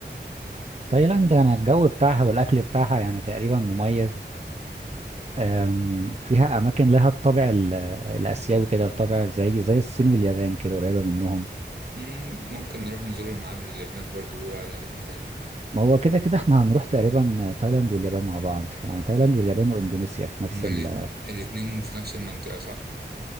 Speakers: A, on the right (about 35°); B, on the right (about 60°).
A: تايلاند انا الجو بتاعها والاكل بتاعها يعني تقريبا مميز أم، فيها اماكن لها الطابع ال- الاسيوي كده الطابع زي زي الصين واليابان كده قريبة منهم
B: مم، ممكن نروح نزور المعابد اللي هناك برضه بيقولوا عليها جميلة
A: ما هو كده كده احنا هنروح تقريبا تايلاند واليابان مع بعض يعني تايلاند واليابان واندونيسيا في
B: هما
A: نفس ال
B: الاتن- الاتنين في نفس المنطقة صح؟